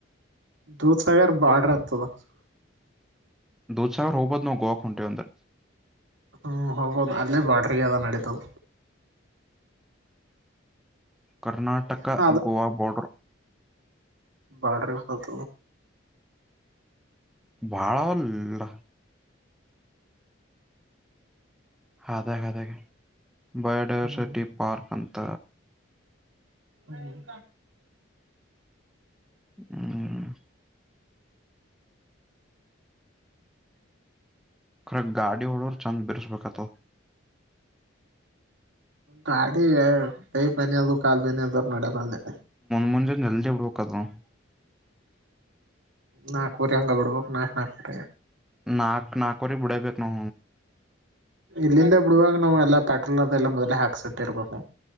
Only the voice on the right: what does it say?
ದೂಧಸಗರ <unintelligible>
ಹ್ಮ್ ಹಬೋದು ಅಲ್ಲೇ ಬಾರ್ಡರ್ಗೆ ಅದ ನಡೀತದ
ಏನೋ
ಬಾರ್ಡ್ರ ಹತ
ಹ್ಮ್
ಹನ್
ಗಾಡಿ ೈ ಬನಿ ಅದು ಕಾ ಬನಿ ಅದ ನಡ ಮಂದೆ
ನಾಲ್ಕೂರಿ ಹಂಗ ಬಿಡಬೇಕ ನಾಕು ನಾಕರಿ
ಇಲ್ಲಿಂದ ಬಿಡುವಾಗ ನಾವ್ ಎಲ್ಲ ಪೆಟ್ರೋಲ್ ಅದೆಲ್ಲ ಮೊದ್ೇ ಹಾಕ್ಸಟ್ಟಿ ಇರ್ಬೇಕ